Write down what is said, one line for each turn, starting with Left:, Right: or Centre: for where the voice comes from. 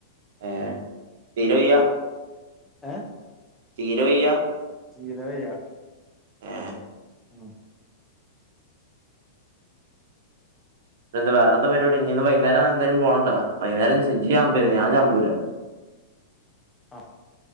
Right: ഏ തീരേവയ്യ
Centre: <unintelligible>
Right: തീരേവയ്യ
Centre: തീരെവയ്യ
Right: ഏ
Centre: ഉം
Right: ന്ത് വേറെന്താ പരിപാടി ഇഞ്ഞീഇന്ന് വൈനേരം എങ്ങട്ടീലും പോണണ്ടോ വൈന്നേരം <unintelligible> ഞാൻ ചാബൂല
Centre: അ